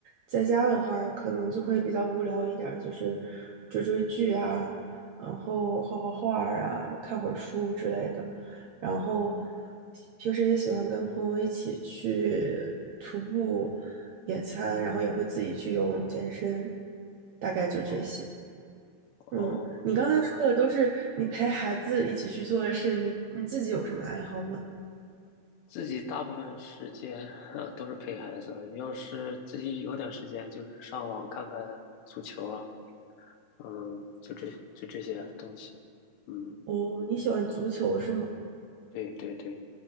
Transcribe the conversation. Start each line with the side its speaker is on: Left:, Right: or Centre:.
Right: 在家的话可能就会比较无聊一点儿，就是追追剧啊，然后画画画儿啊，看会儿书之类的。然后
Left: 哦
Right: 平时也喜欢跟朋友一起去徒步、野餐，然后也会自己去游泳、健身，大概就这些。
Left: 哦哦，
Right: 嗯，你刚才说的都是你陪孩子一起去做的事，你你自己有什么爱好吗？
Left: 自己大部分时间啊都是陪孩子，要是自己有点时间，就是上网看看足球啊，嗯，就这就这些东西，嗯，
Right: 哦，你喜欢足球是吗？
Left: 对对对，